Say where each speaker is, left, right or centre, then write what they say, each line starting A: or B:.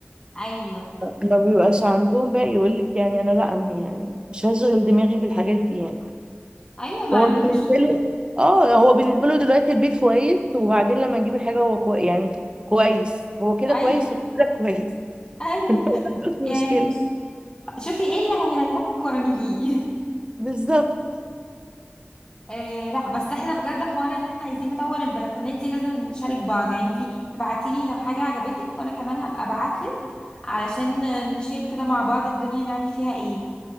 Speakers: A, on the left; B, on the right.
A: ايوه
B: ما بيبقاش عندهم بقى يقول لك يعني انا لا أنا يعني مش هشغل دماغي بالحاجات دي يعني
A: ايوه ما
B: هو
A: عندهمش
B: بالنسبه له اه هو بالنسبه له دلوقتي البيت كويس وبعدين لما نجيب الحاجه هو كوي... يعني كويس هو كده
A: ايوه
B: كويس وكده كويس
A: ايوه
B: <laughs> ما عندوش
A: يعني
B: مشكله
A: شوفي ايه اللي هيريحك واعمليه <laughs>
B: بالظبط
A: آه لا بس احنا بجد حوار ان احنا عايزين نطور البلكونات دي لازم نشارك بعض يعني انتي ابعتيلي لو حاجة عجبتك وانا كمان هبقى ابعتلك علشان نشير كده مع بعض الدنيا نعمل فيها ايه